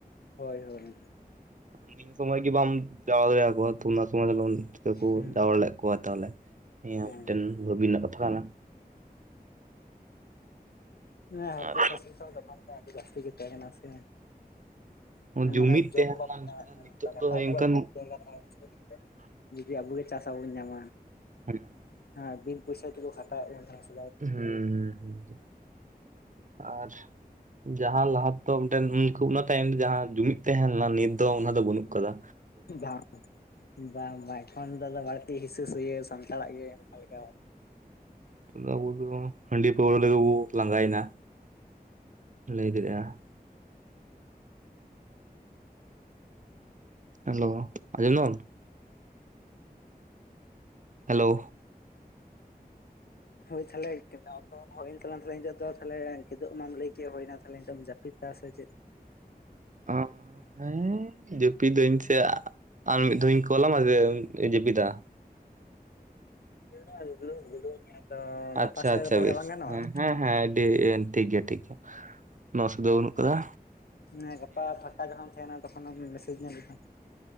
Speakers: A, on the left; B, on the right.
A: ᱦᱳᱭ ᱦᱳᱭ
B: ᱱᱤᱭᱟᱹ ᱥᱚᱢᱚᱭ ᱜᱮ ᱵᱟᱢ ᱡᱟᱨᱟ ᱫᱟᱲᱮᱭᱟᱠᱚᱣᱟ ᱛᱚ ᱚᱱᱟ ᱥᱚᱢᱚᱭ ᱫᱚ ᱞᱮᱠᱚ
A: ᱦᱩᱸ
B: ᱡᱟᱣᱨᱟ ᱞᱮᱫ ᱠᱚᱣᱟ ᱛᱟᱦᱚᱞᱮ ᱦᱮ
A: ᱦᱮᱸ
B: ᱢᱤᱫᱴᱮᱱ ᱵᱷᱟᱵᱤ ᱨᱮᱱᱟᱜ ᱠᱟᱛᱷᱟ ᱠᱟᱱᱟ
A: ᱦᱮᱸᱠ
B: ᱟᱨ
A: ᱥᱟᱥ ᱫᱚᱠᱟᱱ ᱡᱟᱹᱥᱛᱤ ᱜᱮ ᱥᱮ
B: ᱦᱮᱸ ᱡᱩᱢᱤᱫ
A: ᱢᱟᱱᱮ ᱡᱚᱢ
B: ᱛᱟᱦᱮᱸ
A: ᱦᱚᱸ ᱵᱟᱠᱚ
B: ᱞᱮᱱᱟ
A: ᱧᱟᱢ
B: ᱟᱨ ᱱᱤᱛᱚᱜ
A: ᱮᱫ
B: ᱫᱚ ᱚᱱᱠᱟᱱ
A: ᱛᱟᱦᱮᱱᱟ <unintelligible> ᱡᱩᱫᱤ ᱟᱵᱚᱜ ᱜᱮ ᱪᱟᱥ ᱟᱵ ᱵᱚᱱ ᱧᱟᱢᱟ
B: ᱦᱮᱸ
A: ᱦᱮᱸ ᱵᱤᱱ ᱯᱚᱭᱥᱟ ᱛᱮᱠᱚ ᱠᱷᱟᱴᱟᱶ ᱵᱤᱱ ᱛᱟᱦᱮᱱᱟ
B: ᱦᱮᱸ ᱦ ᱦ ᱟᱨ ᱡᱟᱦᱟᱸ ᱞᱟᱦᱟ ᱫᱚ <inaudible> ᱩᱱᱠᱩ ᱚᱱᱟ ᱴᱟᱭᱤᱢ ᱨᱮ ᱡᱟᱦᱟᱸ ᱡᱩᱢᱤᱫ ᱛᱟᱦᱮᱸ ᱞᱮᱱᱟ ᱱᱤᱛ ᱫᱚ ᱚᱱᱟ ᱫᱚ ᱵᱟᱹᱱᱩᱜ ᱟᱠᱟᱫᱟ
A: ᱵᱟᱝ ᱵᱟᱝ ᱵᱟᱝ ᱮᱠᱷᱚᱱ ᱫᱚ ᱵᱟᱹᱲᱛᱤ ᱦᱤᱸᱝᱥᱟᱹ ᱥᱟᱱᱛᱟᱲᱟᱜ ᱜᱮ ᱟᱠᱟ <inaudible>
B: ᱛᱚᱸ ᱟᱵᱚ ᱫᱚ ᱦᱟᱺᱰᱤ ᱯᱟᱹᱣᱨᱟᱹ ᱞᱟᱹᱜᱤᱫᱵᱚ ᱞᱟᱸᱜᱟᱭᱮᱱᱟ ᱞᱟᱹᱭ ᱫᱟᱲᱮᱭᱟᱜᱼᱟ ᱦᱮᱞᱳ ᱟᱡᱚᱢ ᱫᱟᱢ <unintelligible> ᱦᱮᱞᱳ
A: ᱦᱳᱭ ᱛᱟᱦᱚᱞᱮ ᱚᱠᱛᱚ ᱦᱚᱸ ᱦᱩᱭᱮᱱ ᱛᱟᱞᱟᱝ ᱛᱮ ᱧᱤᱛᱚᱜ ᱫᱚ ᱛᱟᱦᱚᱞᱮ ᱠᱤᱫᱩ ᱢᱟᱢ ᱞᱟᱹᱭ ᱠᱮᱫ ᱦᱩᱭᱱᱟ ᱛᱟᱦᱮᱧᱚᱢ ᱡᱟᱹᱯᱤᱫ <unintelligible> ᱪᱮᱫ
B: ᱚ ᱦᱮᱸ ᱡᱟᱹᱯᱤᱫ ᱫᱟᱹᱧ ᱥᱮ ᱟᱨ ᱢᱤᱫ ᱫᱷᱟᱣᱤᱧ ᱠᱚᱞ ᱟᱢᱟ ᱡᱮ ᱡᱟᱹᱯᱤᱫᱟ
A: <inaudible> ᱜᱟᱯᱟ
B: ᱟᱪᱪᱷᱟ
A: ᱥᱮᱫ
B: ᱟᱪᱪᱷᱟ
A: ᱨᱚᱯᱚᱲ
B: ᱵᱮᱥ
A: ᱠᱷᱟᱡ ᱵᱟᱝ ᱜᱟᱱᱚᱜᱼᱟ?
B: ᱦᱮᱸ ᱦᱮᱸ ᱟᱹᱰᱤ ᱴᱷᱤᱠ ᱜᱮᱭᱟ ᱴᱷᱤᱠ ᱜᱮᱭᱟ ᱚᱱᱟ ᱚᱥᱩᱵᱤᱫᱷᱟ ᱵᱟᱹᱱᱩᱜ ᱟᱠᱟᱫᱟ
A: ᱦᱮᱸ ᱜᱟᱯᱟ ᱯᱷᱟᱸᱠᱟ ᱡᱚᱠᱷᱚᱢ ᱛᱟᱦᱮᱱᱟ ᱛᱚᱠᱷᱚᱱᱮᱢ ᱢᱮᱥᱮᱡᱽ ᱧᱮᱞᱮᱫᱼᱟ